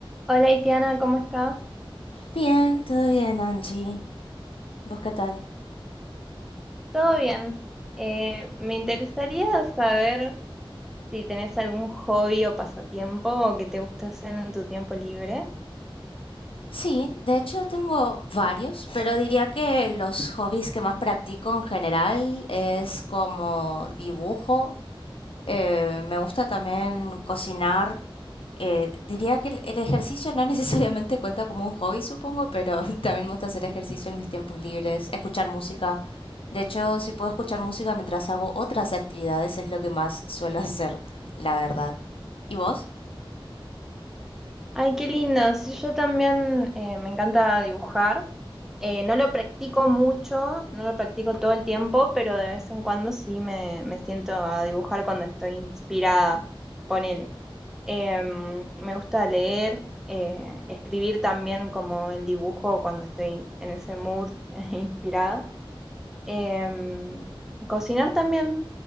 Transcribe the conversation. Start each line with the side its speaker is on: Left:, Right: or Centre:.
Centre: Hola, Itiana, ¿cómo estás?
Left: Bien, todo bien, Angie. ¿Vos qué tal?
Centre: ¿Todo bien? Eh, me interesaría saber si tenés algún hobby o pasatiempo o que te gusta hacer en tu tiempo libre.
Left: Sí, de hecho tengo varios, pero diría que los hobbies que más practico en general es como dibujo. eh, me gusta también cocinar. eh, diría que el, el ejercicio no <laughs> necesariamente cuenta como un hobby, supongo, pero <laughs> también me gusta hacer ejercicio en mis tiempos libres, escuchar música. De hecho, si puedo escuchar música mientras hago otras actividades, es lo que más suelo hacer, la verdad. ¿Y vos?
Centre: Ay, qué lindo. Sí, yo también eh, me encanta dibujar. Eh, no lo practico mucho, no lo practico todo el tiempo, pero de vez en cuando sí me, me siento a dibujar cuando estoy inspirada. Ponele. Em, me gusta leer, eh, escribir también como el dibujo cuando estoy en ese mood <laughs> inspirada. Em, cocinar también,